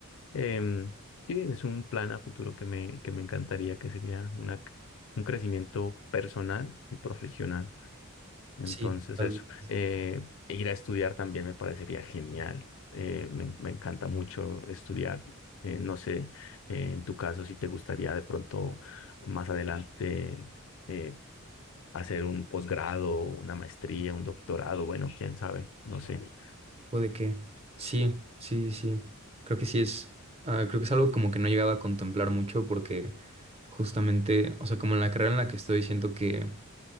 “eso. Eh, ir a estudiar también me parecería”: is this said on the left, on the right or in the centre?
Left